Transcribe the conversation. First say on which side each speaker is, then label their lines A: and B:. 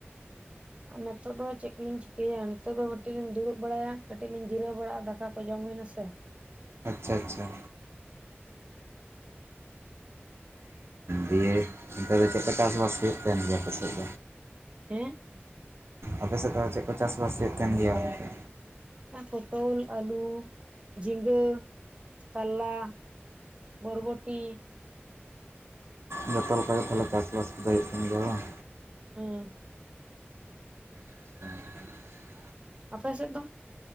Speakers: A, on the right; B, on the right.
A: ᱟᱨ ᱱᱤᱛᱚᱜ ᱫᱚ ᱪᱮᱫ ᱠᱚᱞᱤᱧ ᱪᱤᱠᱟᱹᱭᱟ ᱱᱤᱛᱚᱜ ᱫᱚ ᱠᱟᱹᱴᱤᱡ ᱞᱤᱧ ᱫᱩᱲᱩᱵ ᱵᱟᱲᱟᱭᱟ ᱠᱟᱹᱴᱤᱡ ᱞᱤᱧ ᱡᱤᱨᱟᱹᱣ ᱵᱟᱲᱟᱜᱼᱟ ᱫᱟᱠᱟ ᱠᱚ ᱡᱚᱢ ᱦᱩᱭᱱᱟ ᱥᱮ
B: ᱟᱪᱪᱷᱟ ᱟᱪᱪᱷᱟ ᱫᱤᱭᱮ ᱚᱱᱛᱮ ᱫᱚ ᱪᱮᱫ ᱠᱚ ᱪᱟᱥᱼᱵᱟᱥ ᱦᱩᱭᱩᱜ ᱛᱟᱦᱮᱱ ᱜᱮᱭᱟ ᱟᱯᱮ ᱥᱮᱫ
A: ᱦᱮᱸ
B: ᱟᱯᱮ ᱥᱮᱫ ᱫᱚ ᱪᱮᱫ ᱠᱚ ᱪᱟᱥ ᱵᱟᱥ ᱦᱩᱭᱩᱜ ᱛᱟᱦᱮᱱ ᱜᱮᱭᱟ ᱚᱱᱛᱮ
A: ᱯᱚᱴᱚᱞ, ᱟᱹᱞᱩ, ᱡᱷᱤᱸᱜᱟᱹ, ᱠᱟᱨᱞᱟ ᱵᱷᱚᱨᱵᱚᱴᱤ
B: ᱡᱚᱛᱚ ᱞᱮᱠᱟ ᱜᱮ ᱛᱟᱦᱚᱞᱮ ᱪᱟᱥ ᱵᱟᱥ ᱠᱚᱫᱚ ᱦᱩᱭᱩᱜ ᱠᱟᱱ ᱜᱮᱭᱟ ᱵᱟᱝ
A: ᱦᱮᱸ
B: <unintelligible>
A: ᱟᱯᱮ ᱥᱮᱫ ᱫᱚ